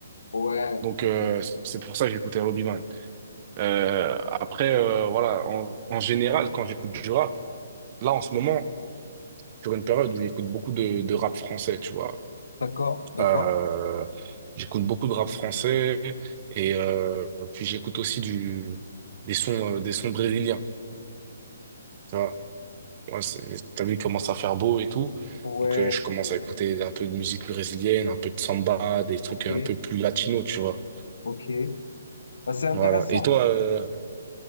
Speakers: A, on the left; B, on the right.
A: Ouais,
B: Donc, euh, c- c'est pour ça que j'écoutais Robbie Man. Euh, après, euh, voilà, en, en général, quand j'écoute du rap, là, en ce moment, sur une période où j'écoute beaucoup de, de rap français, tu vois.
A: d'accord, d'accord.
B: Euh, j'écoute beaucoup de rap français et euh, puis j'écoute aussi du, des sons, euh, des sons brésiliens. Tu vois. Ouais, c'est- t'as vu, il commence à faire beau et tout.
A: Ouais,
B: Donc, euh, je commence
A: ouais,
B: à écouter un peu de musique brésilienne, un peu de samba, des trucs
A: ok,
B: un peu plus latinos, tu vois.
A: ok. Bah, c'est intéressant.
B: Voilà. Et toi, euh,